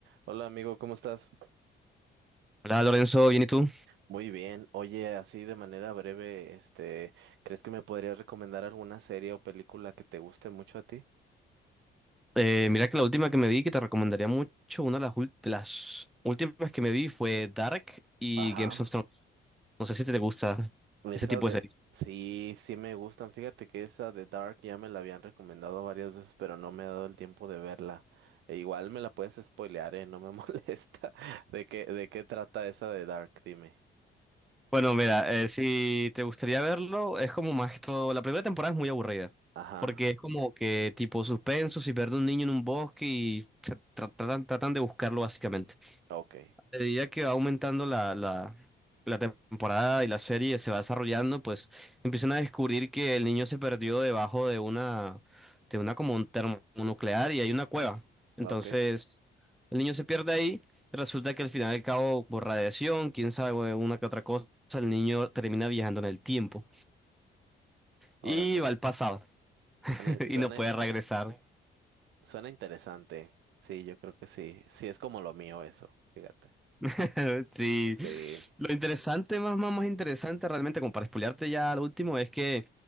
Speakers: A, on the right; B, in the centre.
A: Hola amigo, ¿cómo estás?
B: Hola Lorenzo, bien y tú.
A: Muy bien. Oye, así de manera breve, este, ¿crees que me podrías recomendar alguna serie o película que te guste mucho a ti?
B: Eh, mira que la última que me vi que te recomendaría mucho, una de las, ul- de las últimas que me vi fue Dark y
A: Ajá.
B: Games of Thrones. No sé si te gusta
A: Esa
B: ese tipo
A: de...
B: de series.
A: Sí, sí me gustan. Fíjate que esa de Dark ya me la habían recomendado varias veces, pero no me he dado el tiempo de verla. E igual me la puedes spoilear, ¿eh? No me <laughs> molesta. ¿De qué, de qué trata esa de Dark? Dime.
B: Bueno, mira, eh, si te gustaría verlo, es como más que todo. La primera temporada es muy aburrida
A: Ajá.
B: porque es como que tipo suspenso, si pierde un niño en un bosque y se tra- tratan, tratan de buscarlo básicamente.
A: Ok.
B: a medida que va aumentando la, la, la temporada y la serie se va desarrollando, pues empiezan a descubrir que el niño se perdió debajo de una, de una como un termonuclear y hay una cueva. Entonces,
A: Ok.
B: el niño se pierde ahí, resulta que al final del cabo, por radiación, quién sabe, una que otra cosa, el niño termina viajando en el tiempo
A: Órale.
B: y va al pasado
A: Suena,
B: <laughs>
A: suena,
B: y no puede regresar.
A: Suena interesante. Sí, yo creo que sí. Sí, es como lo mío eso, fíjate.
B: <laughs> Sí,
A: Sí.
B: lo interesante, más, más, más interesante realmente, como para spoilearte ya al último, es que